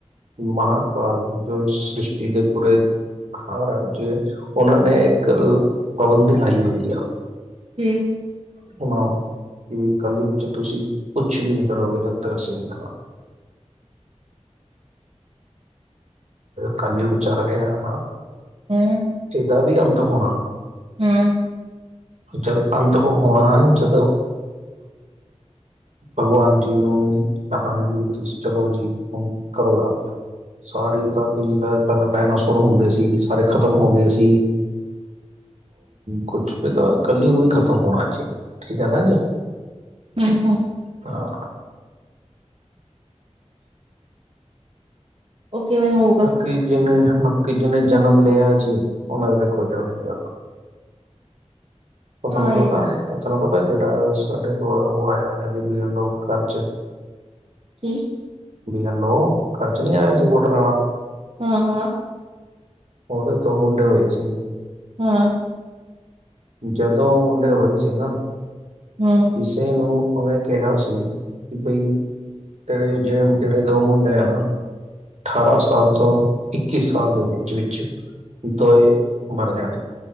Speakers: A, on the right; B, on the right.
A: ਮਹਾਕਾਲ ਜੋ ਇਸ ਸ੍ਰਿਸ਼ਟੀ ਦੇ ਪੂਰੇ ਹਾਂ ਰਾਾਂ ਜ ਉਹਨਾਂ ਨੇ ਇੱਕ ਪਾਬੰਦੀ ਲਾਈ ਹੋਈ ਆ
B: ਹੂ
A: ਸੁਣਾਓ ਕਿ ਬਈ ਕੱਲ ਵਿੱਚ ਤੁਸੀਂ ਕੁਛ ਵੀ ਨੀ ਕਰੋਗੇ ਜਦ ਤੱਕ ਅਸੀਂ ਨੀ ਦਿਖਾਗੇ ਕੱਲਜੂਗ ਚੱਲ ਰਿਹਾ ਨਾ
B: ਹਮ
A: ਇਹਦਾ ਵੀ ਅੰਤ ਹੋਣਾ
B: ਹਮ
A: ਜਦ ਅੰਤ ਉਹ ਹੋਣਾ ਹੈ ਜਦ ਭਗਵਾਨ ਜੀ ਨੂੰ ਕਹਾਂਗੇ ਕਿ ਵੀ ਤੁਸੀਂ ਚਲੋ ਜੀ ਹ ਕਰੋ ਸਾਰੇ ਤ ਤੇ ਜਿੱਦਾਂ ਪਹਿਲਾਂ ਨਹਿਣਾ ਸੁਰ ਹੁੰਦੇ ਸੀ ਸਾਰੇ ਖਤਮ ਖਤਮ ਹੋ ਗਏ ਸੀ ਕੁਛ ਵੀ ਤਾਂ ਕੱਲੀ ਵੀ ਖ਼ਤਮ ਹੋਣਾ ਜੀ ਠੀਕ ਹੈ ਨਾ ਜੀ
B: ਹਮ ਹਾਂ
A: ਹਾਂ
B: ਓਕੇ ਮੈਂ ਹੋਊਗਾ
A: ਕੀ ਜਿਹਨੇ ਬਾਕੀ ਜਿਹਨੇ ਜਨਮ ਲਿਆ ਜੀ ਉਹਨਾਂ ਤੇ ਵੇਖੋ ਜਾਣਾ ਹੀ ਜਾਣਾ ਉਹ ਤੁਹਾਨੂੰ
B: ਹਾਂ
A: ਪਤਾ
B: ਇਹ ਤਾਂ
A: ਤੁਹਾਨੂੰ ਪਤਾ ਜਿਹੜਾ ਸਾਡੇ ਕੋਲ ਉਹ ਆਇਆ ਹੋਇਆ ਸੀ ਬੀ ਘਰ ਚ
B: ਜੀ
A: ਬੀ ਐਲੋ ਔ ਘਰ ਚ ਨੀ ਆਇਆ ਸੀ ਵੋਟਰ ਵਾਲਾ
B: ਹਾਂ ਹਾਂ
A: ਉਹਦੇ ਤੋ ਦੋ ਮੁੰਡੇ ਹੋਏ ਸੀ
B: ਹਾਂ
A: ਜਦੋਂ ਮੁੰਡੇ ਹੋਏ ਸੀ ਨਾ
B: ਹਮ
A: ਕਿਸੇ ਨੂੰ ਉਹਨੇ ਕਿਹਾ ਸੀ ਕਿ ਬਈ ਤੇੜੇ ਜਿ ਜਿਹੜੇ ਦੋ ਮੁੰਡੇ ਆ ਨਾ ਅਠਾਰਾਂ ਸਾਲ ਤੋਂ ਇੱਕੀ ਸਾਲ ਦੇ ਵਿੱਚ ਵਿੱਚ ਦੋਏ ਮਰ ਜਾਣੇ